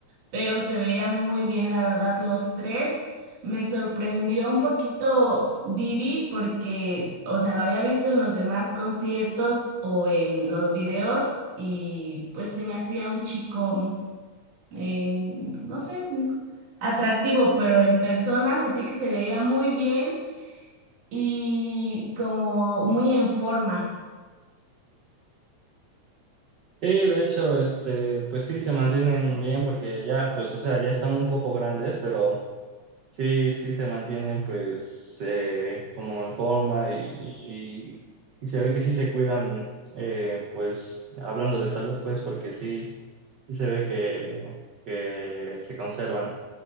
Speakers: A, on the right; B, on the right.
A: pero se veían muy bien, la verdad, los tres. Me sorprendió un poquito Vivi porque, o sea, lo había visto en los demás conciertos o en los videos y pues se me hacía un chico eh, no sé, atractivo, pero en persona sentí que se veía muy bien y como muy en forma.
B: Sí, de hecho, este, pues sí, se mantienen bien porque ya, pues, o sea, ya están un poco grandes, pero sí, sí se mantienen, pues, eh, como en forma y, y- y se ve que sí se cuidan, eh, pues, hablando de salud, pues, porque sí, sí se ve que, que se conservan.